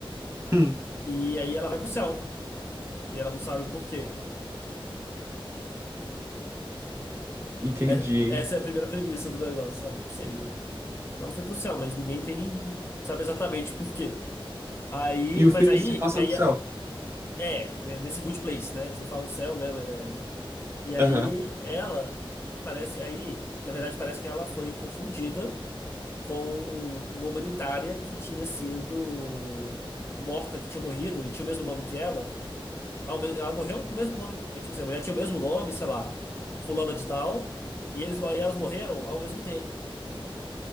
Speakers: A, on the right; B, on the left.
A: Hum,
B: E aí ela vai pro céu. E ela não sabe por quê.
A: entendi.
B: É, essa é a primeira premissa do negócio, sabe? Tipo assim, ela foi pro céu, mas ninguém tem, sabe exatamente por quê. Aí,
A: E o
B: mas
A: filme
B: aí,
A: se passa
B: aí
A: no céu.
B: É, né, nesse Good Place, né? Eles não falam céu, né? Mas é- E aí
A: Aham.
B: ela parece aí, na verdade parece que ela foi confundida com uma humanitária que tinha sido morta, que tinha morrido e tinha o mesmo nome que ela. Ela me- ela morreu com o mesmo nome, é, tipo assim, a mulher tinha o mesmo nome, sei lá, fulana de tal, e eles e elas morreram ao mesmo tempo.